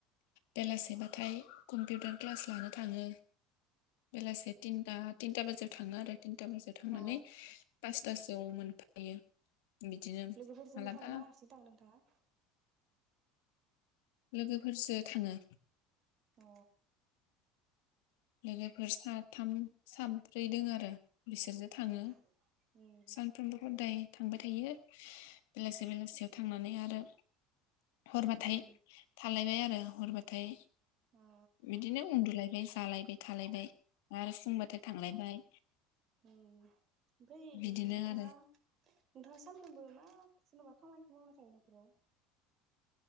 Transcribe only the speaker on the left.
बेलासेबाथाय कम्पिउटार क्लास लानो थाङो बेलासे तिनता तिनता बाजायाव थाङो आरो। तिनता बाजायाव थांनानै
पासतासो आव मोनफायो। बिदिनो
मालाबा
लोगोफोरजो थाङो
लोगोफोर साथाम साब्रै दों आरो। बिसोरजो थाङो
सानफ्रोमबो खददाय थांबाय थायो बेलासे बेलासियाव थांनानै आरो हरबाथाय
थालायबाय आरो हरबाथाय
बिदिनो उन्दुलायबाय जालायबाय। थालायबाय आरो
फुंबाथाय थांलायबाय।
बिदिनो
आरो